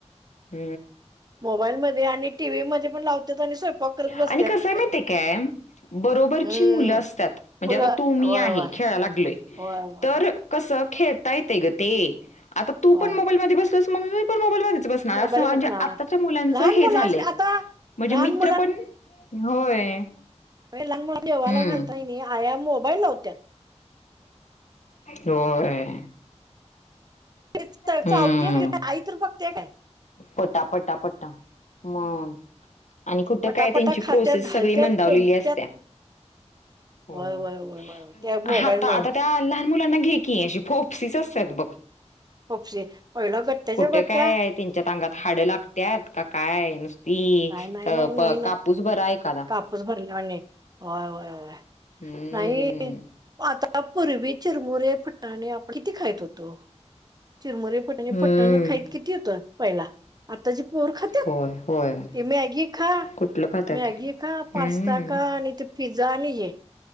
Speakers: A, on the left; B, on the right.
A: ह
B: मोबाईलमध्ये आणि टीव्ही मध्ये पण लावतात आणि स्वयंपाक करत बसत्यात
A: आणि कसय मात काय. बरोबरची
B: हम्म
A: मुलं असतात म्हणजे
B: मुलं
A: आता तू मी
B: होय
A: आहे
B: होय
A: खेळायला लागलोय
B: होय होय
A: तर. कसं खेळता येते गं ते आता तू
B: होय
A: पण मोबाईल मध्ये बसलस मम्मी मी पण मोबाईल मध्येच. अस
B: मोबाईल
A: म्हणजे
B: बघणार
A: आताच्या मुलांच
B: लहान
A: हे
B: मुलं
A: झालंय
B: आता
A: म्हणजे
B: लहान
A: मित्र पण. होय.
B: म लग म देवाला
A: हम्म
B: घालताय नाही आया मोबाईल लावत्या.
A: होय.
B: ते
A: हम्म
B: चावती काय आई तर बघते काय.
A: पटा पटा पटा. मग आणि कुठं
B: पटापटा
A: काय त्यांची
B: खात्यात
A: प्रोसेस
B: घालत्यात
A: सगळी मंदावलेली
B: कोंबत्यात
A: असत्या. हो
B: होय होय होय होय त्या मोबाईल
A: आता
B: मुळ
A: आता. त्या लहान मुलांना घे क अशी फोप्सीच असतात बघ.
B: फोपशी पहिल घट्ट्याच्या
A: कुठे
B: गट्ट्या.
A: काय त्यांच्यात अंगात हाड लागत का काय नुसती
B: नाही नाही
A: अ
B: नाही नाही
A: प
B: नाही
A: कापूस बरा एखादा.
B: कापूस भरल्यावानी वाय वाय
A: हम्म
B: नाही. आता पूर्वी चिरमुरे फट्टाणे आपण किती खायत होतो. चिरमर फटणी
A: हम्म
B: फट्टाणे खाईत किती होत पहिला आता जे पोर खात्यात.
A: होय होय.
B: ते मॅगी खा
A: कुठलं खात्यात
B: मॅगी खा पास्ता
A: हम्म
B: खा आणि ते पिझ्झा आणि हे.